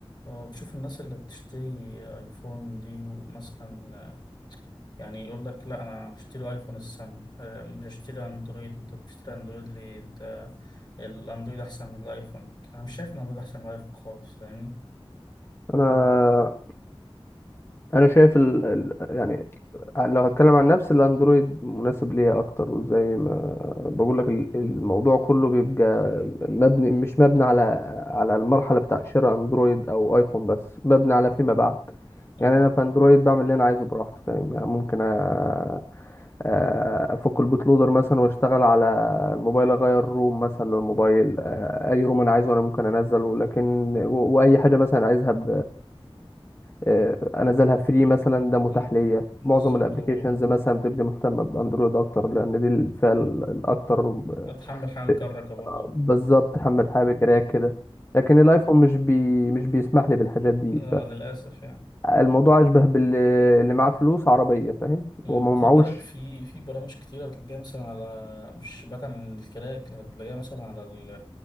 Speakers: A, on the left (about 50°); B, on the left (about 25°).
A: اه بشوف الناس اللي بتشتري ايفون دي ومثلا آه، يعني يقول لك لا انا هشتري ايفون السنة آه، مش هشتري اندرويد انت بتشتري اندرويد ليه انت الاندرويد احسن من الايفون انا مش شايف ان الاندرويد احسن من الايفون خالص فاهمني
B: انا
A: م.
B: انا شايف ال... ال... يعني لو هتكلم عن نفسي الاندرويد مناسب ليا اكتر وزي ما بقول لك ال- الموضوع كله بيبقى مبني مش مبني على على المرحله بتاع شراء اندرويد او ايفون بس مبني على فيما بعد
A: اه
B: يعني انا في اندرويد بعمل اللي انا عايزه براحتي فاهم يعني ممكن أ- أ- افك البوت لودر مثلا واشتغل على الموبايل اغير روم مثلا للموبايل أ- اي روم انا عايزه انا ممكن انزله لكن و- واي حاجه مثلا عايزها آه، انزلها فري مثلا ده متاح
A: م.
B: ليا
A: بالظبط
B: معظم الابلكيشنز
A: اه.
B: مثلا بتبقى مهتمه باندرويد اكتر لان دي الفئه ال- الاكتر آه،
A: اتحمل حال
B: في-
A: كركة برضو
B: آه، بالظبط حمل حاجه بكراك كده لكن الايفون مش بي مش بيسمح لي بالحاجات دي
A: <laughs> اه للاسف يعني
B: فالموضوع اشبه باللي اللي معاه فلوس عربيه فاهم
A: مم.
B: وما
A: وخد
B: معهوش
A: بالك في في برامج كتيرة بتلاقيها مثلا على مش بعيد عن الكراك لا، هتلاقيها مثلا على ال